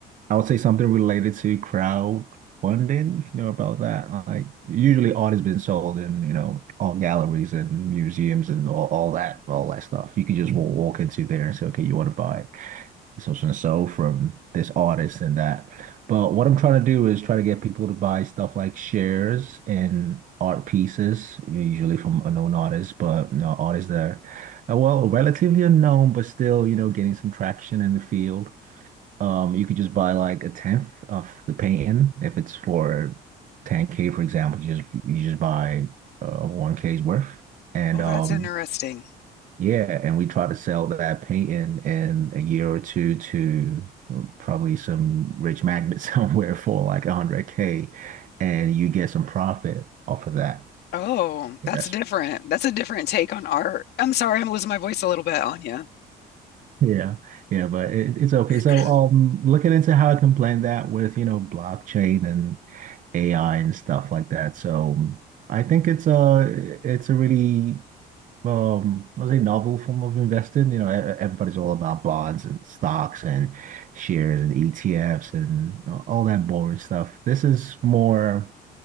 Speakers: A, on the right; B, on the left.
A: I would say something related to crowdfunding, if you know about that. Like usually art has been sold in, you know, all galleries and museums and all, all that, all that stuff. You could just wa- walk into there and say, okay, you want to buy it social and so from this artist and that. But what I'm trying to do is try to get people to buy stuff like shares and art pieces, usually from unknown artists, but you know, artists that are, well, relatively unknown, but still, you know, getting some traction in the field. Um, you could just buy like a tenth of the painting if it's for 10K, for example, you just you just buy uh, 1K's worth. And
B: Oh,
A: um
B: that's interesting.
A: yeah, and we try to sell that painting in a year or two to well, probably some rich magnet <laughs> somewhere for like 100K, and you get some profit off of that
B: Oh,
A: investment.
B: that's different. That's a different take on art. I'm sorry, I'm losing my voice a little bit, Anya.
A: Yeah, yeah, but it, it's okay.
B: <clears throat>
A: So, um, looking into how I can blend that with, you know, blockchain and AI and stuff like that. So, I think it's a it's a really um, I was a novel form of investing. You know, e- e-, everybody's all about bonds and stocks and shares and ETFs and all that boring stuff. This is more